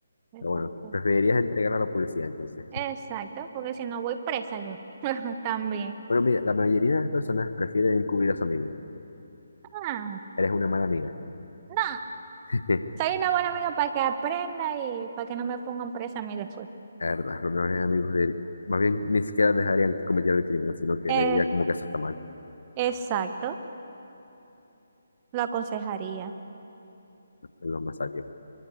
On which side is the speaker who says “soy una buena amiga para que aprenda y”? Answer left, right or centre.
Right